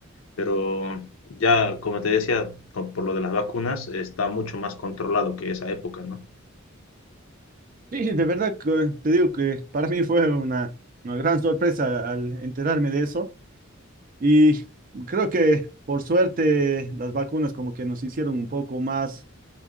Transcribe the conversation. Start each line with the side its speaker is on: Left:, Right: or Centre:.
Left: pero ya, como te decía, co- por lo de las vacunas, está mucho más controlado que esa época, ¿no?
Right: Sí, de verdad que te digo que para mí fue una, una gran sorpresa al enterarme de eso. Y creo que por suerte las vacunas como que nos hicieron un poco más,